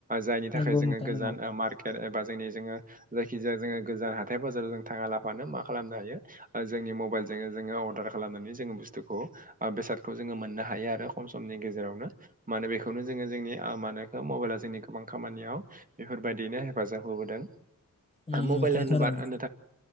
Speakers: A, on the right (about 25°); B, on the left (about 20°).
A: जायनि थाखाय
B: नंगौ
A: जोङो
B: नोंथां
A: गोजान
B: नंगौ
A: मार्केट एबा जोंनि जोङो जायखिजाया जोङो गोजान हाथाय बाजाराव जों थाङा लाफानो मा खालामनो हायो जोंनि मबाइलजोंनो जोङो अरदार खालामनानै जोङो बुसथुखौ ओ बेसादखौ जोङो मोननो हायो आरो। खम समनि गेजेरावनो माने बेखौनो जोङो जोंनि मानखो मबाइला जोंनि गोबां खामानियाव बेफोर बायदियैनो हेफाजाब होबोदों
B: उम
A: मबाइल
B: नोंथां
A: होनोबा
B: थारैनो
A: होननो